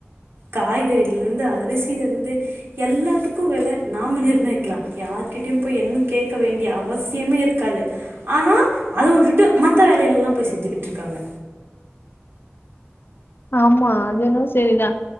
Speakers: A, on the right; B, on the left.
A: காய்கறிலிருந்து அரிசியில இருந்து எல்லாத்துக்கு வெல நாம நிர்ணயிக்கலா யார்கிட்டயு போய் என்னனு கேக்க வேண்டிய அவசியமே இருக்காது ஆனா அத வுட்டுட்டு மத்த வேலயெல்லா போய் செஞ்சுகிட்ருக்காங்க
B: ஆமா அது என்னவோ செரிதா